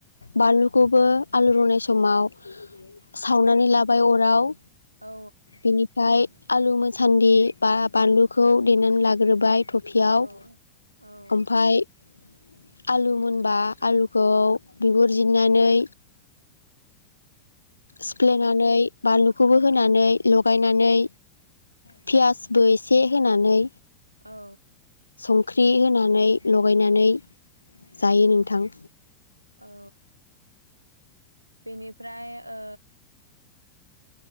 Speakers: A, on the left; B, on the right.
A: बानलुखौबो आलु रुनाय समाव सावनानै लाबाय अराव
B: औ
A: बिनिफाय आलु मोजा सान्दि बा बानलुखौ देनानै लाग्रोबाय। टफियाव
B: औ औ
A: ओमफाय आलु मोनबा आलुखौ बिगुरजिरनानै सिफ्लेनानै बानलुखौबो होनानै लगायनानै पियासबो एसे होनानै
B: औ।
A: संख्रि होनानै लगायनानै
B: औ
A: जायो नोंथां।
B: औ बेनिफ्राय ओ